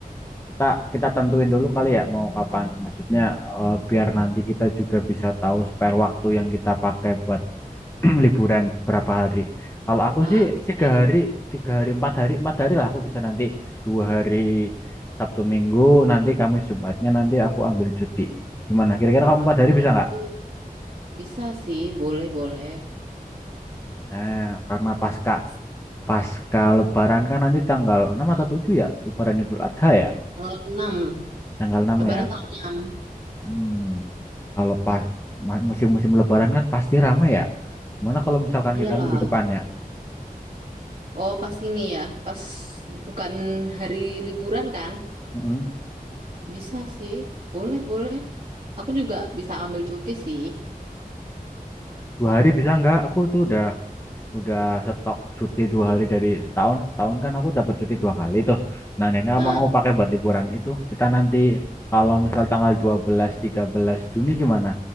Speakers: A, on the left; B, on the right.
A: kita kita tentuin dulu kali ya mau kapan. Maksudnya eh, biar nanti kita juga bisa tahu spare waktu yang kita pakai buat <clears throat> liburan berapa hari. Kalau aku
B: Ah,
A: sih
B: bisa
A: tiga
B: tuh.
A: hari, tiga hari, empat hari, empat hari lah aku bisa nanti dua hari Sabtu Minggu, nanti Kamis Jumatnya nanti aku ambil cuti. Gimana? Kira-kira kamu
B: Ah,
A: empat hari bisa nggak?
B: itu bisa sih, boleh-boleh.
A: Nah, karena pasca pasca Lebaran kan nanti tanggal 6 atau 7 ya, Lebaran Idul Adha ya,
B: Tanggal enam,
A: tanggal 6
B: Lebaran
A: ya.
B: tanggal 6.
A: Hmm, kalau pas ma- musim-musim Lebaran kan pasti rame ya. Gimana kalau misalkan
B: Iyalah.
A: kita minggu depannya?
B: Oh, pas ini ya. Pas bukan hari liburan kan?
A: Mm-mm.
B: Bisa sih. Boleh-boleh. Aku juga bisa ambil cuti sih.
A: Dua hari bisa nggak? Aku tuh udah udah stok cuti dua hari dari setahun setahun kan aku dapat cuti dua kali tuh nah Nena
B: Nah,
A: mau pakai buat liburan itu kita nanti kalau misal tanggal dua belas tiga belas Juni gimana